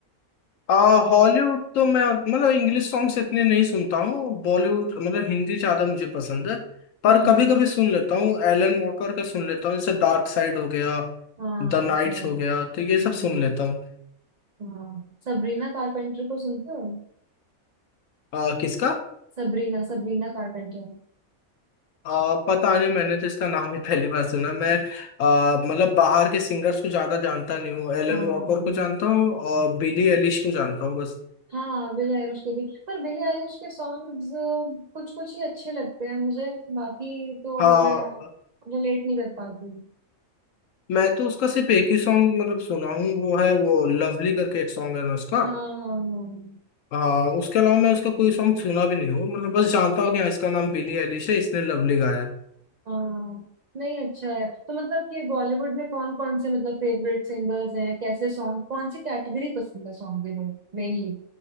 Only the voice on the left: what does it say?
आ, हॉलीवुड तो मैं मतलब इंग्लिश सॉन्ग्स इतने नहीं सुनता हूँ बॉलीवुड मतलब हिंदी ज्यादा मुझे पसंद है पर
कभी कभी सुन लेता हूँ एलन वॉकर का सुन लेता हूँ जैसे डार्क साइड हो गया
द नाइट्स
हो गया तो
ये सब सुन लेता हूँ
अ, किसका
अ, पता नहीं मैंने तो इसका नाम ही <laughs> पहली बार सुना मैं अ, मतलब बाहर के सिंगर्स को ज्यादा जानता नहीं हूँ एलन
वॉकर को जानता हूँ और बिली एलिश को जानता हूँ बस
हाँ
मैं तो उसका सिर्फ एक ही सॉन्ग मतलब सुना हूँ वो है वो लवली करके एक सॉन्ग है ना उसका
हाँ उसके अलावा मैं उसका कोई सॉन्ग सुना भी नहीं हूँ मतलब बस जानता हूँ कि हाँ इसका नाम बिली एलिश है इसने लवली गाया है।